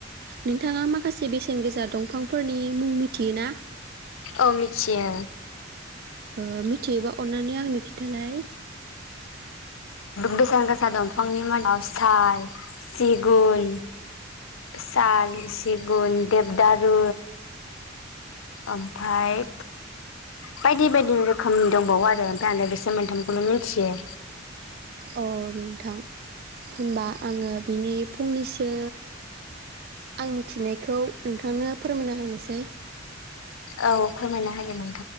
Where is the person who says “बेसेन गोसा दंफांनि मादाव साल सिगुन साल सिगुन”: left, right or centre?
Left